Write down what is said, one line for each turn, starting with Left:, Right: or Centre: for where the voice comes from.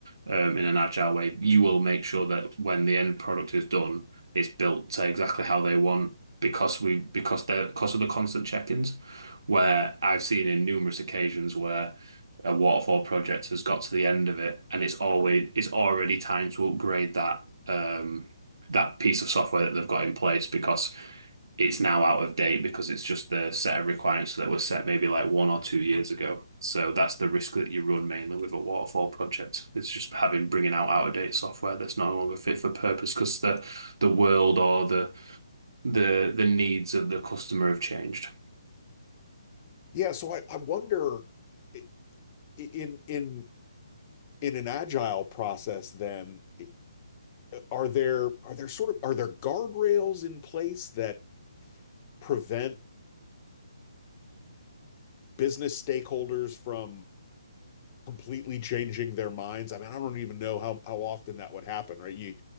Right: Um, in an agile way, you will make sure that when the end product is done, it's built to exactly how they want because we because the because of the constant check-ins. Where I've seen in numerous occasions where a waterfall project has got to the end of it and it's always it's already time to upgrade that um that piece of software that they've got in place because it's now out of date because it's just the set of requirements that were set maybe like one or two years ago. So that's the risk that you run mainly with a waterfall project. It's just having bringing out out of date software that's no longer fit for purpose because the the world or the the the needs of the customer have changed.
Left: yeah, so I, I wonder i- in in in an agile process then i- are there are there sort of are there guardrails in place that prevent business stakeholders from completely changing their minds. I mean, I don't even know how how often that would happen, right? You